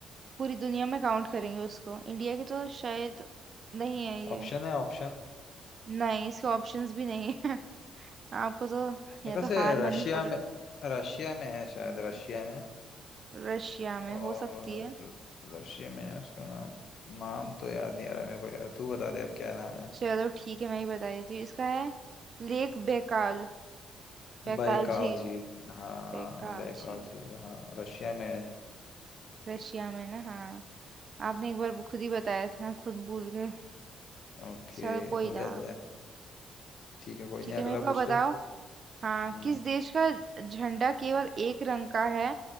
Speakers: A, on the right; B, on the left.
A: पूरी दुनिया में काउंट करेंगे उसको इंडिया की तो शायद नहीं है ये
B: ऑप्शन है ऑप्शन
A: नहीं इसके ऑप्शंस भी नहीं है <laughs> आपको तो
B: मेरे
A: या
B: ख्याल
A: तो
B: से
A: हार माननी
B: रशिया
A: पड़ी
B: में रशिया में है शायद
A: हाँ,
B: रशिया में
A: रशिया में
B: और
A: हो सकती है
B: र- रशिया में है उसका नाम नाम तो याद नहीं आ रहा मेरे को यार तू बता दे अब क्या नाम है
A: चलो ठीक है मैं ही बता देती हूँ इसका है लेक बेकाल बेकाल
B: बैकाल
A: झील
B: झील हाँ
A: बेकाल
B: बैकाल
A: झील
B: झील हाँ रशिया में है
A: रशिया में ना हाँ आपने एक बार वो खुद ही बताया था खुद भूल गए
B: ओके
A: चलो कोई
B: हो जाता
A: ना
B: है ठीक है कोई
A: ठीक
B: नहीं अगला
A: है मेरे को आप
B: पूछ
A: बताओ
B: ले
A: हाँ
B: हम्म
A: किस देश का झंडा केवल एक रंग का है